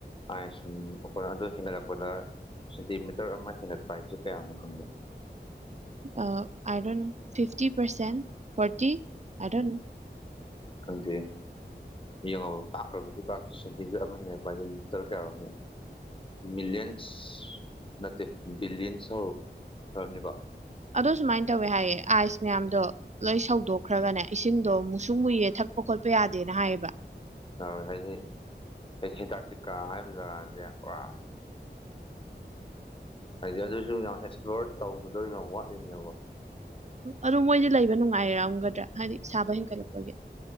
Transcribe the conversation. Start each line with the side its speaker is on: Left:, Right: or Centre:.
Left: ꯑꯥꯏꯁ ꯁꯨꯝ ꯑꯣꯄꯔꯗ ꯍꯦꯟꯗꯔꯛꯄꯗ, ꯁꯦꯟꯇꯤꯃꯤꯇꯔ ꯑꯃ ꯍꯦꯟꯒꯠꯄ ꯍꯥꯏꯁꯦ ꯀꯌꯥꯅꯣ ꯈꯪꯕ꯭ꯔꯥ?
Right: ꯑꯥ I don't know fifty percent, forty I don't know.
Left: ꯈꯪꯗꯦ꯫ ꯌꯦꯡꯉꯣꯕ ꯄꯥꯛꯈ꯭ꯔꯕ ꯏꯄꯥꯛ ꯁꯦꯟꯇꯤꯃꯤꯇꯔ ꯑꯃ ꯍꯦꯟꯒꯠꯄ ꯍꯥꯏꯒꯦ ꯄꯤꯇꯔ ꯀꯌꯥ ꯑꯣꯏꯔꯝꯅꯤ꯫ ꯃꯤꯂꯤꯌꯟꯁ ꯅꯠꯇꯦ ꯕꯤꯂꯤꯌꯟꯁꯔ ꯑꯣꯏꯔꯝꯅꯤꯀꯣ꯫
Right: ꯑꯗꯣ ꯁꯨꯃꯥꯏꯅ ꯇꯧꯋꯦ ꯍꯥꯏꯌꯦ ꯑꯥꯏꯁ ꯃꯌꯥꯝꯗꯣ, ꯂꯣꯏ ꯁꯧꯗꯣꯛꯈ꯭ꯔꯕꯅꯦ ꯏꯁꯤꯡꯗꯣ ꯃꯨꯁꯨꯛ ꯃꯨꯏꯌꯦ ꯊꯛꯄ ꯈꯣꯠꯄ ꯌꯥꯗꯦꯅ ꯍꯥꯏꯌꯦꯕ꯫
Left: ꯌꯥꯔꯣꯏꯍꯦ ꯑꯗꯨꯗꯤ꯫ ꯑꯦꯟꯇꯥꯔꯇꯤꯀꯥ ꯍꯥꯏꯕꯔꯤꯕ ꯖꯒꯥꯁꯦ ꯄꯨꯔꯥ <unintelligible> ꯍꯥꯏꯗꯤ ꯑꯗꯨꯁꯨ ꯌꯥꯝ ꯑꯦꯛꯁꯄ꯭ꯂꯣꯔ ꯇꯧꯕꯗꯣ ꯌꯥꯝ ꯋꯥꯠꯂꯤꯅꯦꯕ꯫
Right: ꯑꯗꯨ ꯃꯣꯏꯗꯤ ꯂꯩꯕ ꯅꯨꯡꯉꯥꯏꯔꯝꯒꯗ꯭ꯔꯥ ꯍꯥꯏꯗꯤ ꯏꯁ ꯁꯥꯥꯕ ꯍꯦꯟꯒꯠꯂꯛꯄꯒꯤ꯫